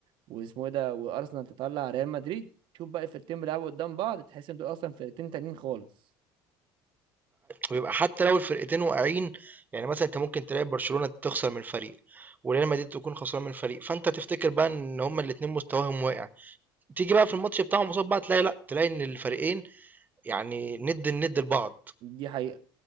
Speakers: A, on the right (about 60°); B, on the right (about 20°).
A: واسمه ايه ده وارسنال تطلع ريال مدريد شوف بقى الفرقتين بيلعبوا قدام بعض تحس ان دول اصلا فرقتين تانيين خالص
B: ويبقى حتى لو الفرقتين واقعين يعني مثلا انت ممكن تلاقي برشلونة تخسر من فريق وريال مدريد تكون خسران من فريق فانت تفتكر بقى ان هما الاتنين مستواهم واقع تيجي بقى في الماتش بتاعهم قصاد بعض تلاقي لا تلاقي ان الفريقين يعني ند الند لبعض
A: دي حقيقة